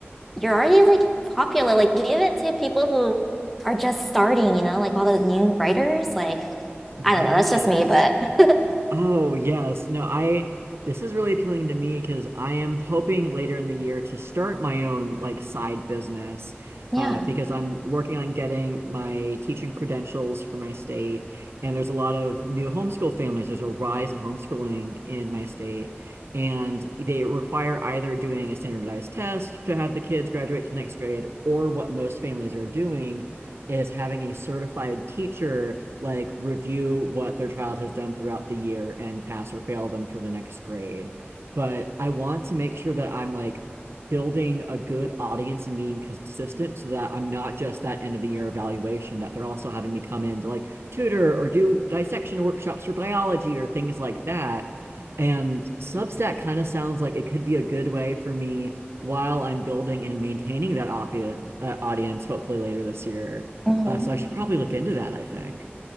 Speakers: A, in the centre; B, on the right.
A: you're already like popular. Like, leave it to people who are just starting, you know, like all the new writers. Like,
B: <laughs> yes.
A: I don't know, that's just me, but <laughs>
B: Oh, yes. No, I this is really appealing to me because I am hoping later in the year to start my own like side business
A: yeah.
B: uh, because I'm working on getting my teaching credentials for my state and there's a lot of new homeschool families. There's a rise in homeschooling in my state and they require either doing a standardized test to have the kids graduate to the next grade or what most families are doing is having a certified teacher like review what their child has done throughout the year and pass or fail them for the next grade. But I want to make sure that I'm like building a good audience and being consistent so that I'm not just that end of the year evaluation, that they're also having me come in to like tutor or do dissection workshops for biology or things like that. And Substack kind of sounds like it could be a good way for me while I'm building and maintaining that obvious, uh, audience, hopefully later this year.
A: hmm
B: Uh, so I should probably look into that, I think.